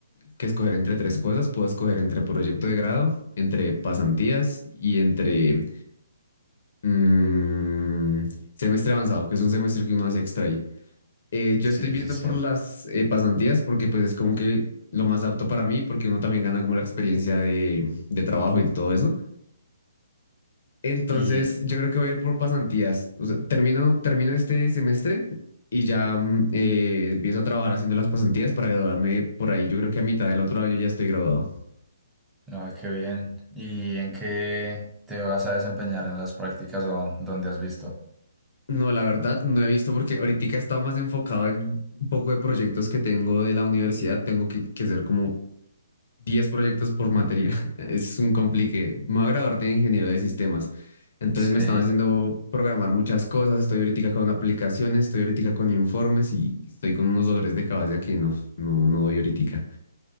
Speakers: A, on the left; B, in the centre.
A: que escoger entre tres cosas. Puedo escoger entre proyecto de grado, entre pasantías y entre mm, semestre avanzado, que es un semestre que uno hace extra ahí. Eh, yo
B: Sí,
A: estoy viendo
B: sí, sí.
A: por las eh, pasantías porque pues es como que lo más apto para mí porque uno también gana como la experiencia de, de trabajo y todo eso. Entonces,
B: Y,
A: yo creo que voy a ir por pasantías. O sea, termino, termino este semestre y ya mm, eh, empiezo a trabajar haciendo las pasantías para graduarme por ahí. Yo creo que a mitad del otro año ya estoy graduado.
B: ah, qué bien. ¿Y en qué te vas a desempeñar en las prácticas o dónde has visto?
A: No, la verdad, no he visto porque ahorita he estado más enfocado en un poco de proyectos que tengo de la universidad. Tengo que, que hacer como 10 proyectos por materia. <laughs> Es un complique. Me voy a graduar de ingeniero de sistemas. Entonces
B: Sí,
A: me están haciendo programar muchas cosas. Estoy ahorita con aplicaciones, estoy ahorita con informes y estoy con unos dolores de cabeza que no, no, no doy ahorita.